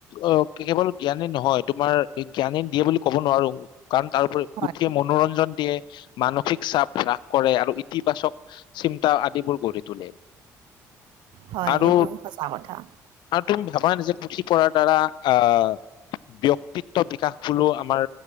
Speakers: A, on the left; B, on the right.
A: অ' কেৱল জ্ঞানী নহয়, তোমাৰ জ্ঞানী দিয়ে বুলি ক'ব নোৱাৰো। কাৰণ তাৰোপৰি
B: হয়,
A: পুথিয়ে মনোৰঞ্জন দিয়ে, মানসিক চাপ হ্ৰাস কৰে আৰু ইতিবাচক চিন্তা আদিবোৰ গঢ়ি তোলে।
B: হয়,
A: আৰু
B: এইটোও সঁচা কথা।
A: আৰু তুমি ভাবা নিজে পুথি পঢ়াৰ দ্বাৰা আ ব্যয়ক্তিত্ব বিকাশ বুলিও আমাৰ